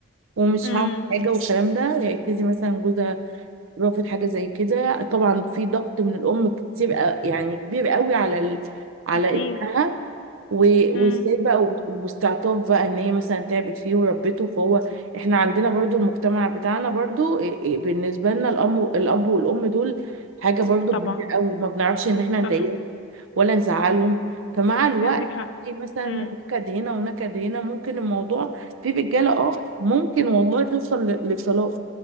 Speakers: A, on the right; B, on the left.
A: ومش
B: امم
A: هعمل حاجه والكلام ده يبتدي مثلا جوزها رافض حاجة زي كده طبعا في ضغط من الأم كتير أ- يعني كبير قوي على ال... على
B: اكيد
A: ابنها و... وازاي
B: امم
A: بقى وبت- واستعطاف بقى ان هي مثلا تعبت فيه وربته فهو احنا عندنا برضو المجتمع بتاعنا برضو إيه- إيه بالنسبة لنا الأم الأب والأم دول حاجة برضو
B: طبعا
A: كبيرة قوي ما بنعرفش ان احنا نضايقهم
B: صح
A: ولا نزعلهم فمع الوقت
B: انت عندك حق
A: في مثلا
B: امم
A: نكد هنا ونكد هنا ممكن الموضوع في رجالة اه ممكن والله توصل ل- للطلاق